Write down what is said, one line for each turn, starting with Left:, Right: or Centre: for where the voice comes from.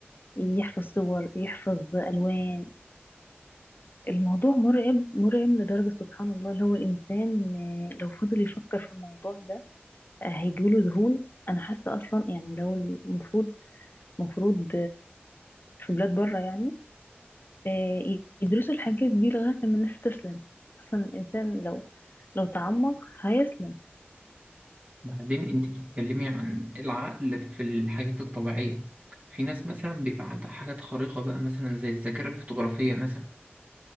Left: يحفظ صور يحفظ الوان الموضوع مرعب مرعب لدرجة سبحان الله لو الانسان آه، لو فضل يفكر في الموضوع ده آه، هيجيله ذهول انا حاسة اصلا يعني لو المفروض مفروض في بلاد بره يعني آه، يدرسوا الحاجات دي لغاية لما الناس تسلم أصلا الإنسان لو لو تعمق هيسلم
Right: بعدين انت بتتكلمي عن العقل في الحاجات الطبيعية في ناس مثلا بيبقى عندها حاجات خارقة بقى مثلا زي الذاكرة الفotografية مثلا